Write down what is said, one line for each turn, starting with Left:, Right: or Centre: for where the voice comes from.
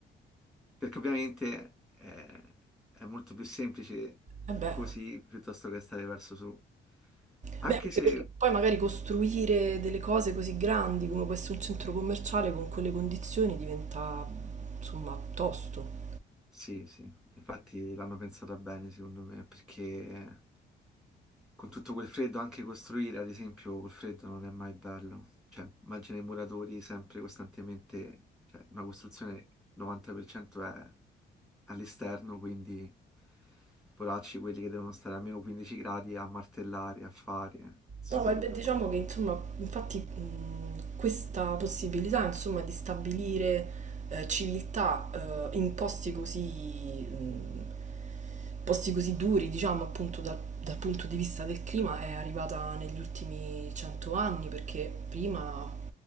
Centre: Perché ovviamente eh, è molto più semplice
Right: eh beh,
Centre: così piuttosto che stare verso su. Anche
Right: Beh, anche
Centre: se
Right: perché poi magari costruire delle cose così grandi come può essere un centro commerciale con quelle condizioni diventa, insomma, tosto.
Centre: Sì, sì, infatti l'hanno pensata bene secondo me, perché con tutto quel freddo anche costruire, ad esempio, col freddo non è mai bello. Cioè, immagina i muratori sempre costantemente, cioè una costruzione 90% è all'esterno, quindi poracci quelli che devono stare a meno 15 gradi a martellare, a fare, eh, si
Right: No,
Centre: potrebbe
Right: ma beh, diciamo
Centre: fare.
Right: che, insomma, infatti mh, questa possibilità, insomma, di stabilire eh, civiltà eh, in posti così, mh, posti così duri, diciamo, appunto dal, dal punto di vista del clima, è arrivata negli ultimi cento anni, perché prima